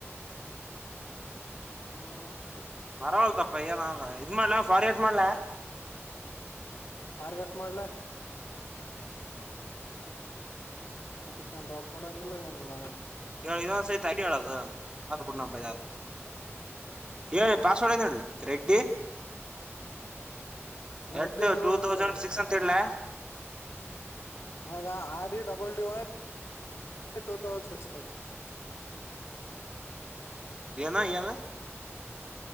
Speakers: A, on the left; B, on the right.
A: ಹ್ಮ್
B: ಪರವವಾಗಿಲು ತಪ್ಪ ಪಯ್ಯದ ಇದು ಮಾಡಲ ಫರ್ಗೆಟ್ ಮಾಡಲ್ಲ
A: ಫರ್ಗಟ್ ಮಾಡ್ಲ ಅದಕ್ಕೊ ಕೊಡಂಗಲ್ಲಏಲ್ಲ
B: ಏನೋ ಸೇತ ಅಡಿ ಎಳ ಆಯ್ತು ಬಿಡು ಬಿಜ ಹ ಪಾಸ್ವಡ್ ಏಲ್ಲ ರೆಡ್ಡಿ
A: ರೆಡ್ಡಿ
B: ಎಟ್
A: ಅರಿಗಳು
B: ಟೂ
A: ಅಂತೇಳ
B: ತೌಸಂಡ್ ಸಿಕ್ಸ್ ಅಂತ ಇಡ್ಲ
A: ಹ R D double D Y ಟ ತೌಸ್ ರ <inaudible>
B: ಏನ ಏನು